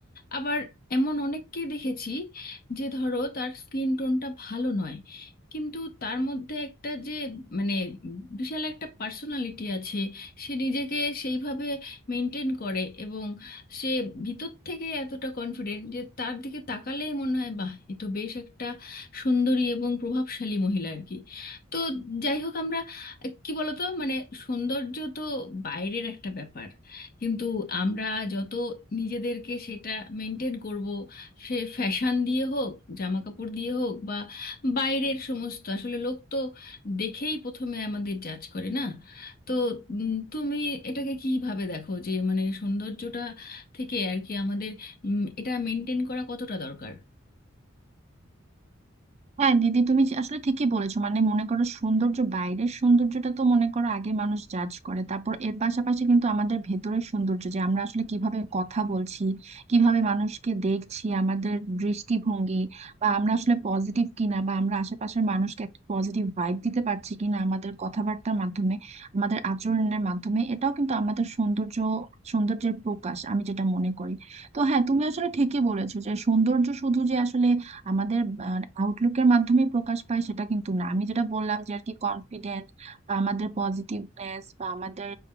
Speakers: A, on the left; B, on the right.
A: আবার এমন অনেককেই দেখেছি যে ধরো তার স্কিন টোনটা ভালো নয় কিন্তু তার মধ্যে একটা যে মানে বিশাল একটা পার্সোনালিটি আছে সে নিজেকে সেইভাবে মেনটেন করে এবং সে ভিতর থেকে এতটা কনফিডেন্ট যে তার দিকে তাকালেই মনে হয় বাহ এ তো বেশ একটা সুন্দরী এবং প্রভাবশালী মহিলা আর কি তো যাই হোক আমরা আহ, কি বলতো মানে সৌন্দর্য তো বাইরের একটা ব্যাপার কিন্তু আমরা যত নিজেদেরকে সেটা মেনটেন করব সে ফ্যাশন দিয়ে হোক জামা কাপড় দিয়ে হোক বা বাইরের সমস্ত আসলে লোক তো দেখেই প্রথমে আমাদের জাজ করে না তো উম, তুমি এটাকে কিভাবে দেখো যে মানে সৌন্দর্যটা থেকে আর কি আমাদের উম, এটা মেনটেন করা কতটা দরকার
B: হ্যাঁ দিদি তুমি যে- আসলে ঠিকই বলেছো মানে মনে করো সৌন্দর্য বাইরের সৌন্দর্যটা তো মনে করো আগে মানুষ জাজ করে তারপর এর পাশাপাশি কিন্তু আমাদের ভেতরের সৌন্দর্য যে আমরা আসলে কিভাবে কথা বলছি কিভাবে মানুষকে দেখছি আমাদের দৃষ্টিভঙ্গি বা আমরা আসলে পজিটিভ কিনা বা আমরা আশেপাশের মানুষকে একটা পজিটিভ ভাইব দিতে পারছি কিনা আমাদের কথাবার্তার মাধ্যমে আমাদের আচরণের মাধ্যমে এটাও কিন্তু আমাদের সৌন্দর্য সৌন্দর্যের প্রকাশ আমি যেটা মনে করি তো হ্যাঁ তুমি আসলে ঠিকই বলেছো যে সৌন্দর্য শুধু যে আসলে আমাদের আউটলুকের মাধ্যমে প্রকাশ পায় সেটা কিন্তু না আমি যেটা বললাম যে আর কি কনফিডেন্ট বা আমাদের পজিটিভনেস বা আমাদের